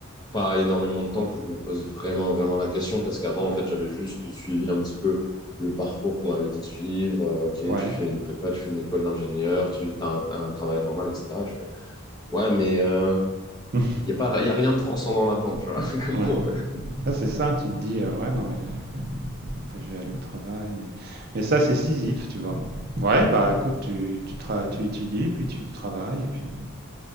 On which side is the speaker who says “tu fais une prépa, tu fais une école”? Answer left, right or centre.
Left